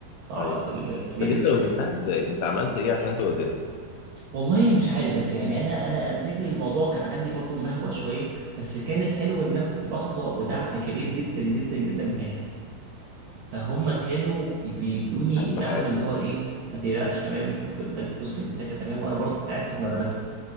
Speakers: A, on the right (about 70°); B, on the left (about 80°).
A: ال-
B: ايوه
A: الكبيرة
B: طب انت
A: دي
B: وزنتها ازاي انت عملت ايه عشان توزنها
A: والله مش عارف بس يعني أنا أنا أنا فاكر الموضوع كان عندي برضو مبهوة شوية بس كان الحلو إن أنا كنت بحظى بدعم كبير جدا جدا جدا من أهلي فهم كانوا بي- بيدوني
B: اهم
A: دعم
B: حاجه
A: اللي هو ايه ما تقلقش تمام شوف انت الفلوس اللي محتاجها تمام وانا برضو كنت قاعد في المدرسه